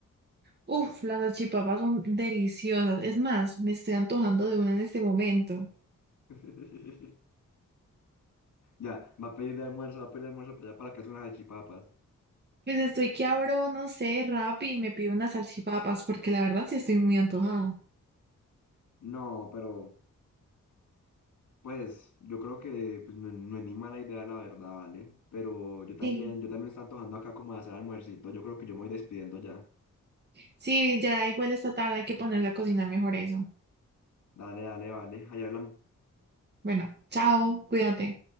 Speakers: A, on the right (about 35°); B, on the left (about 70°).
A: Uf, las salchipapas son deliciosas. Es más, me estoy antojando de una en este momento.
B: <laughs> Ya, va a pedir de almuerzo, va a pedir de almuerzo para allá para la casa unas salchipapas.
A: Pues estoy que abro, no sé, Rappi y me pido unas salchipapas, porque la verdad sí estoy muy antojada.
B: No, pero... Pues yo creo que pues, no, no es ni mala idea la verdad, ¿vale? Pero yo también,
A: Sí,
B: yo también me está antojando acá como de hacer almuercito. Yo creo que yo me voy despidiendo ya.
A: sí, ya igual esta tarde hay que ponerse a cocinar mejor eso.
B: Dale, dale, vale. Allá hablamos.
A: Bueno, chao, cuídate.